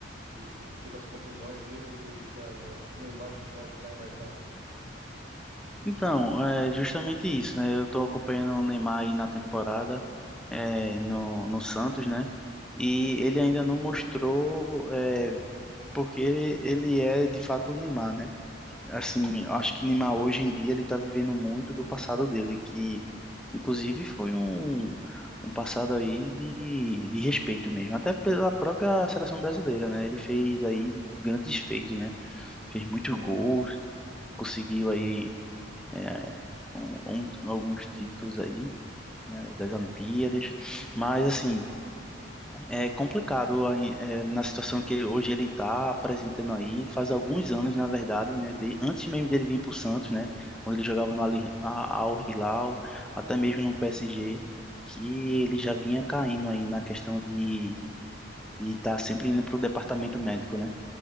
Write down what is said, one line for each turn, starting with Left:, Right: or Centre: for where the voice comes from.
Right: que pelas contusões dele, ele já, já, o Neymar já não vai ajudar em mais nada.
Centre: Então, é justamente isso, né? Eu tô acompanhando o Neymar aí na temporada, é, no, no Santos, né? E ele ainda não mostrou, é, porque ele, ele é de fato o Neymar, né? Assim, eu acho que Neymar hoje em dia ele tá vivendo muito do passado dele, que inclusive foi um, um passado aí de, de respeito mesmo, até pela própria seleção brasileira, né? Ele fez aí grandes feitos, né? Fez muitos
Right: Sim,
Centre: gols, conseguiu aí é, um- um- alguns títulos aí, né, das Olimpíadas, mas assim, é complicado aí, é, na situação que hoje ele está apresentando aí, faz alguns anos, na verdade, né, de- antes mesmo dele vir para o Santos, né, quando ele jogava no Ali- a- Al Hilal, até mesmo no PSG, que ele já vinha caindo aí na questão de estar de tá sempre indo para o departamento médico, né?